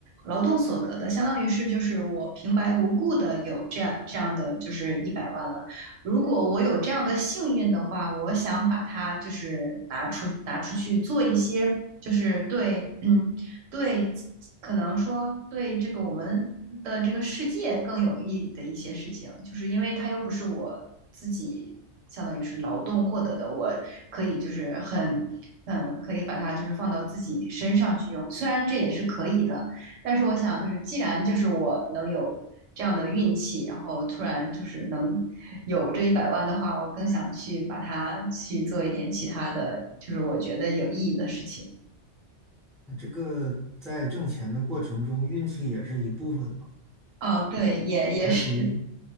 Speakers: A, on the right; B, in the centre.
A: 劳动所得的相当于是就是我平白无故的有这样这样的就是一百万了。如果我有这样的幸运的话，我想把它就是拿出拿出去做一些。就是对，嗯，对，可能说对这个我们的这个世界更有意义的一些事情，就是因为它又不是我自己，相当于是劳动获得的，我可以就是很，嗯，可以把它就是放到自己身上去用，虽然这也是可以的，但是我想就是既然就是我能有这样的运气，然后突然就是能有这一百万的话，我更想去把它去做一点其他的，就是我觉得有意义的事情。
B: 那这个在挣钱的过程中，运气也是一部分嘛，
A: 哦，对，也也是。
B: 也属于